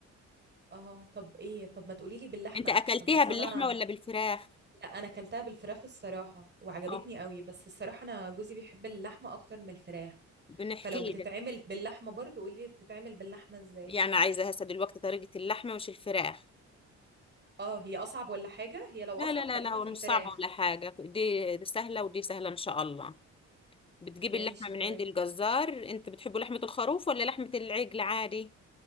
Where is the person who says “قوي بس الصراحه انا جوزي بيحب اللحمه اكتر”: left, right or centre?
Right